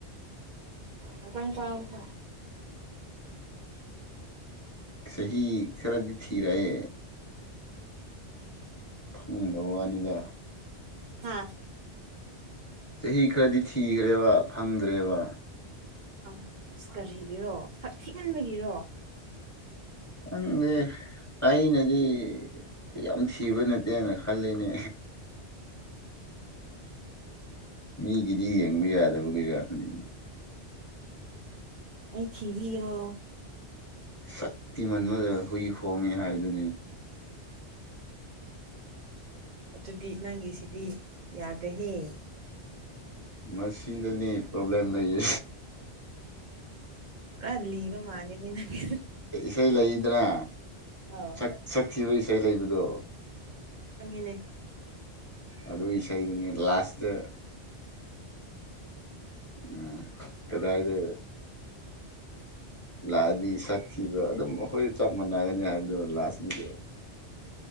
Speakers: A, on the right (about 55°); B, on the left (about 15°).
A: ꯃꯇꯥꯡ <inaudible>
B: ꯆꯍꯤ ꯈꯔꯗꯤ ꯊꯤꯔꯛꯑꯦ꯫
A: ꯎꯝ
B: ꯎꯝ ꯍ ꯋꯥꯅꯤꯗ
A: ꯍꯥꯥ
B: ꯆꯍꯤ ꯈꯔꯗꯤ ꯊꯤꯈ꯭ꯔꯦꯕ ꯐꯪꯗ꯭ꯔꯦꯕ
A: ꯪ ꯑꯁ ꯀꯔꯤꯒꯤꯔꯣ ꯁꯛ ꯊꯤꯍꯟꯕꯒꯤꯔꯣ
B: ꯍꯪꯦ ꯑꯩꯅꯗꯤ ꯌꯥꯝ ꯊꯤꯕ ꯅꯠꯇꯦꯅ ꯈꯜꯂꯤꯅꯦ
A: ꯑ
B: ꯃꯤꯒꯤꯗꯤ ꯌꯦꯡꯕ ꯌꯥꯗꯕ ꯀꯩ ꯋꯥ ꯈꯜꯂꯤꯅꯤ
A: ꯑꯩ ꯊꯕꯤꯔꯣ
B: ꯁꯛꯇꯤ ꯃꯟꯕꯗ ꯍꯨꯏ ꯍꯣꯡꯉꯦ ꯍꯥꯏꯕꯗꯨꯅꯤꯅꯤ
A: <inaudible> ꯑꯗꯨꯗꯤ ꯅꯪꯒꯤꯁꯤꯗꯤ ꯌꯥꯗ꯭ꯔꯦꯍꯌꯦꯡ
B: ꯃꯁꯤꯗꯅꯤ ꯄ꯭ꯔꯣꯕ꯭ꯂꯦꯝ ꯂꯩꯌꯦ
A: ꯄꯨꯔꯥ ꯂꯤꯕ ꯃꯥꯜꯂꯦꯅꯦ ꯅꯪꯒꯤ
B: ꯏꯁꯩ ꯂꯩ ꯂꯩꯗꯅ
A: ꯑꯥꯎ
B: ꯛ ꯁꯛꯊꯤꯕ ꯏꯁꯩ ꯂꯩꯕꯗꯣ
A: ꯆꯪꯉꯤꯅꯦ
B: ꯑꯗꯨꯒꯤ ꯏꯁꯩꯗꯨꯅꯤ ꯂꯥꯁꯇ ꯎꯝ ꯀꯗꯥꯗ ꯂꯥꯛꯑꯗꯤ ꯁꯛꯈꯤꯕ ꯑꯗꯨꯝ ꯑꯩꯈꯣꯏ ꯆꯞ ꯃꯥꯟꯅꯒꯅꯤ ꯍꯥꯏꯕꯗꯣ ꯂꯥꯛꯑꯁꯤꯗ
A: <inaudible>